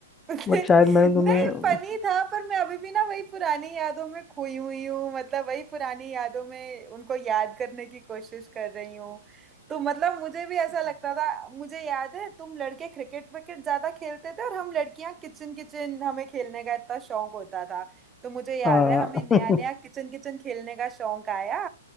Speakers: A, on the right; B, on the left.
A: <laughs>
B: बट शायद मैंने
A: नहीं
B: तुम्हें
A: फनी था पर मैं अभी भी ना वही पुरानी यादों में खोई हुई हूँ मतलब वही पुरानी यादों में उनको याद करने की कोशिश कर रही हूँ तो मतलब मुझे भी ऐसा लगता था मुझे याद है तुम लड़के क्रिकेट विकेट ज्यादा खेलते थे और हम लड़कियां किचन किचन हमें खेलने का इतना शौक होता था तो मुझे याद
B: <laughs>
A: है हमें नया
B: हाँ
A: नया किचन किचन खेलने का शौक आया